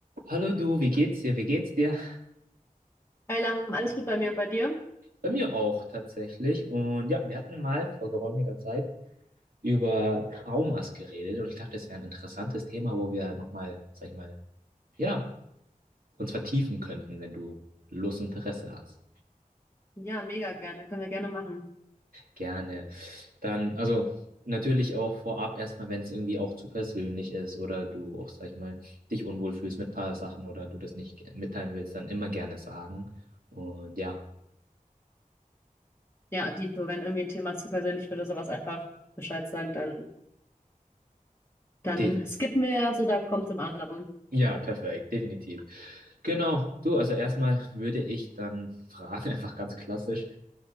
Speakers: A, on the right; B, on the left.
A: Hallo du, wie geht's dir? Wie geht's dir?
B: Hey Lam, alles gut bei mir und bei dir?
A: Bei mir auch tatsächlich. Und ja, wir hatten mal vor geräumiger Zeit über Traumas geredet und ich dachte, es wäre ein interessantes Thema, wo wir nochmal, sag ich mal, ja, uns vertiefen könnten, wenn du Lust und Interesse hast.
B: Ja, mega gerne. Können wir gerne machen.
A: Gerne. Dann, also natürlich auch vorab erstmal, wenn es irgendwie auch zu persönlich ist oder du auch, sag ich mal, dich unwohl fühlst mit ein paar Sachen oder du das nicht ge- mitteilen willst, dann immer gerne sagen. Und ja,
B: Ja, Dito, wenn irgendwie ein Thema zu persönlich wird oder sowas, einfach Bescheid sagen, dann, dann
A: def
B: skippen wir das oder kommt zum anderen.
A: ja, perfekt, definitiv. Genau, du, also erstmal würde ich dann fragen, <laughs> einfach ganz klassisch,